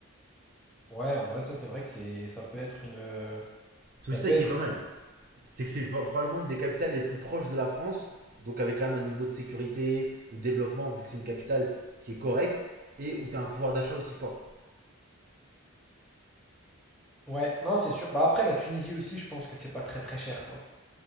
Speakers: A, in the centre; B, on the right.
A: Ouais, en vrai, ça c'est vrai que c'est ça peut être une euh,
B: C'est
A: ça
B: aussi
A: peut
B: ça qui
A: être
B: est pas
A: une
B: mal. c'est que c'est probablement une des capitales les plus proches de la France, donc avec quand même un niveau de sécurité, de développement, vu que c'est une capitale qui est correcte, et où tu as un pouvoir d'achat aussi fort.
A: Ouais, non, c'est sûr. Bah après, la Tunisie aussi, je pense que c'est pas très très cher, quoi.